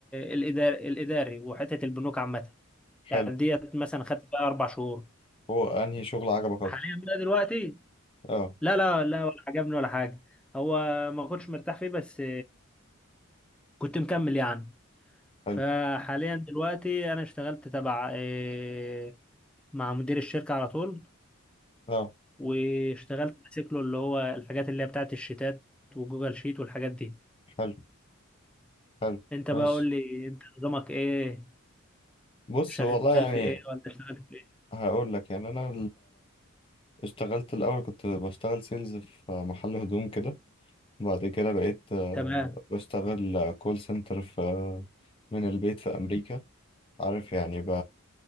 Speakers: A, in the centre; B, on the left.
A: الادار... الاداري وحته البنوك عامه
B: حلو
A: يعني ديت مثلا خدت بقى اربع شهور
B: هو انهي شغل عجبك اكتر
A: حاليا بقى دلوقتي
B: اه
A: لا لا لا ولا عجبني ولا حاجه هو ما كنتش مرتاح فيه بس كنت مكمل يعني
B: حلو
A: فحاليا دلوقتي انا اشتغلت تبع آه، مع مدير الشركة على طول
B: اه
A: واشتغلت ماسك له اللي هو الحاجات اللي هي بتاعت الشيتات وجوجل شيت والحاجات دي
B: حلو حلو
A: انت
B: ماشي
A: بقى قول لي انت نظامك ايه
B: بص
A: شغال
B: والله يعني
A: في ايه ولا اشتغلت في ايه
B: هقول لك يعني انا اشتغلت الأول كنت بشتغل سيلز في محل هدوم كده بعد كده بقيت آه،
A: تمام
B: بشتغل كول سنتر في آه، من البيت في أمريكا عارف يعني ب...